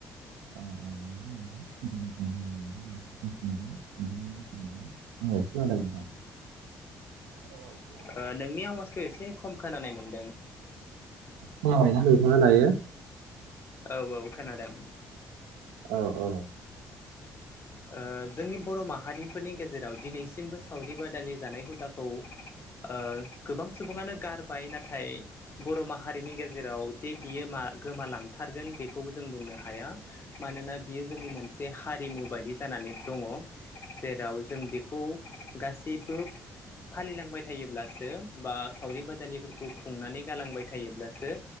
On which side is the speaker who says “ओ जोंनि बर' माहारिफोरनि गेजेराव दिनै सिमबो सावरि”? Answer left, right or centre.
Left